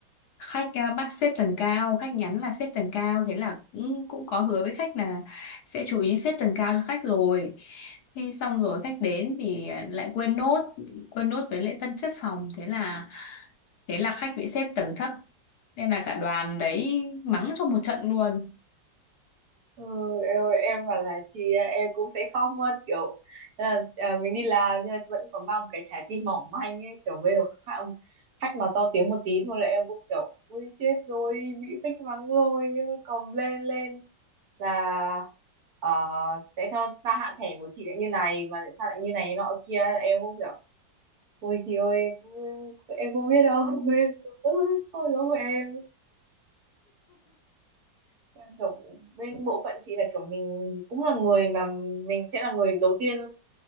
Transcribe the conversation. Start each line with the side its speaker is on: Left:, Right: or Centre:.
Left: khách ờ, bắt xếp tầng cao khách nhắn là xếp tầng cao thế là cũng cũng có hứa với khách là sẽ chú ý xếp tầng cao cho khách rồi thế xong rồi khách đến thì ờ, lại quên nốt quên nốt với lễ tân xếp phòng thế là thế là khách bị xếp tầng thấp nên là cả đoàn đấy mắng cho một trận luôn
Right: Ừ, em, em bảo là chị à, em cũng sẽ khóc mất kiểu à, à, mình đi làm nhưng mà vẫn còn mang một cái trái tim mỏng manh ấy kiểu bây giờ khách, khách mà to tiếng một tí thôi là em cũng kiểu ui chết rồi bị khách mắng rồi còn lên lên là ờ, tại sao gia hạn thẻ của chị lại như này mà tại sao lại như này nọ kia là em cũng kiểu ui chị ơi em, cũng- em không biết đâu <laughs> em, cũng, "Ơ, thôi lỗi của em đang kiểu bên bộ phận chị là kiểu mình cũng là người mà mình sẽ là người đầu tiên